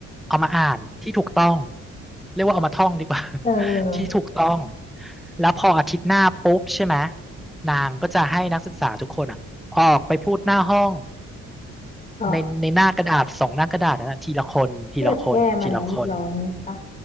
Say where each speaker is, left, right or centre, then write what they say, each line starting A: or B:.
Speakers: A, in the centre; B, on the left.
A: เอามาอ่านที่ถูกต้อง เรียกว่าเอามาท่องดีกว่า
B: เออเออ
A: <laughs> ที่ถูกต้อง แล้วพออาทิตย์หน้าปุ๊บใช่ไหมนางก็จะให้นักศึกษาทุกคนอ่ะออกไปพูดหน้าห้อง
B: เออ
A: ในในหน้ากระดาษสองหน้ากระดาษนนนะทีละคนทีละคนทีละคน
B: ที่แบบแก้มาแล้วเรียบร้อยนี่ปะ